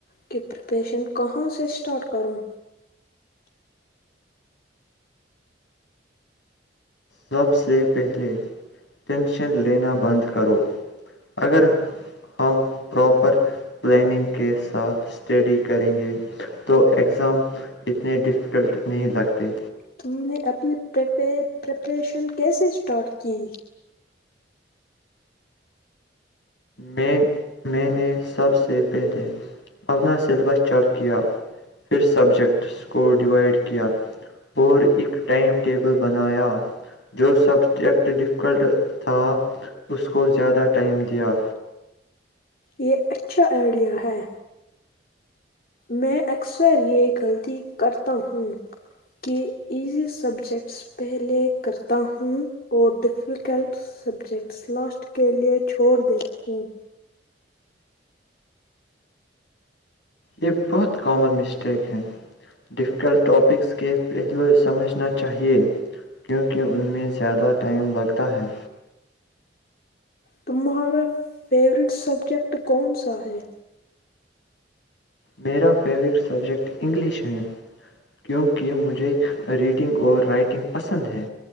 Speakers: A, on the left; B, on the left.
A: کہ پریپریشن کہاں سے اسٹارٹ کروں
B: سب سے پہلے ٹینشن لینا بند کرو اگر ہم پراپر پلاننگ کے ساتھ اسٹڈی کریں گے تو ایگزام اتنے ڈفیکلٹ نہیں لگتے
A: تم نے اپنی پریپریشن کیسے اسٹارٹ کی
B: میں میں نے سب سے پہلے اپنا سلیبس چیک کیا پھر سبجیکٹس کو ڈوائڈ کیا اور ایک ٹائم ٹیبل بنایا جو سبجیکٹ ڈفکلٹ تھا اس کو زیادہ ٹائم دیا
A: یہ اچھا آئیڈیا ہے میں اکثر یہ غلطی کرتا ہوں کہ ایزی سبجیکٹس پہلے کرتا ہوں اور ڈفیکلٹ سبجیکٹس لاسٹ کے لئے چھوڑ دیتا ہوں
B: یہ بہت کامن مسٹیک ہیں ڈیفیکلٹ ٹاپکس کے پہلو سمجھنا چاہئے کیونکہ ان میں زیادہ ٹائم لگتا ہے
A: تمہارا فیورٹ سبجیکٹ کون سا ہے
B: میرا فیورٹ سبجیکٹ انگلش ہند کیونکہ مجھے ریڈنگ اور رائٹنگ پسند ہے